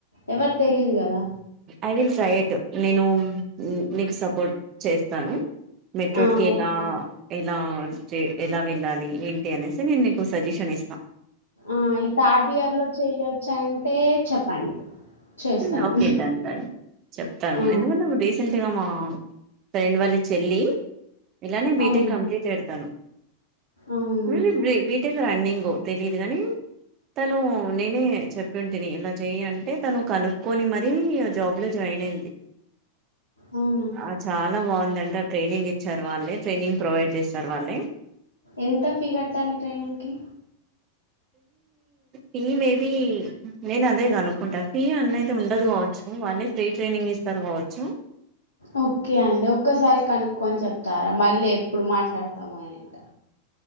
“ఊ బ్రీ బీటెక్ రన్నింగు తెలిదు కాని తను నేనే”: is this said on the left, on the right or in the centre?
Right